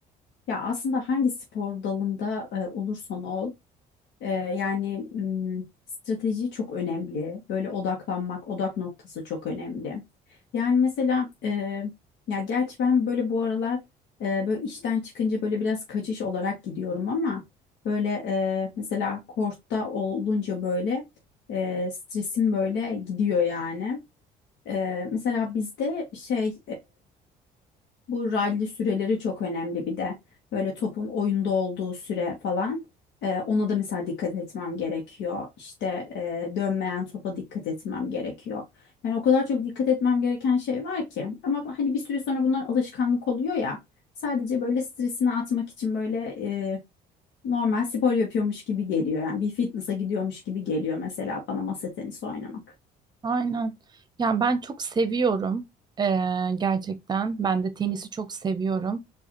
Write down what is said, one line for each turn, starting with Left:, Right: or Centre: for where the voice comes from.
Left: Ya aslında hangi spor dalında e, olursan ol Ee, yani m, strateji çok önemli. Böyle odaklanmak, odak noktası çok önemli. Yani mesela e, ya gerçi ben böyle bu aralar e, böyle işten çıkınca böyle biraz kaçış olarak gidiyorum ama böyle e, mesela kortta olunca böyle e, stresim böyle gidiyor yani. E, mesela bizde şey bu rally süreleri çok önemli bir de. Böyle topun oyunda olduğu süre falan. Ee, ona da mesela dikkat etmem gerekiyor. İşte e, dönmeyen topa dikkat etmem gerekiyor. Yani o kadar çok dikkat etmem gereken şey var ki. Ama hani bir süre sonra bunlar alışkanlık oluyor ya. Sadece böyle stresini atmak için böyle e, normal spor yapıyormuş gibi geliyor. Yani bir fitness'a gidiyormuş gibi geliyor mesela bana masa tenisi oynamak.
Right: Aynen. Ya ben çok seviyorum eee, gerçekten. Ben de tenisi çok seviyorum.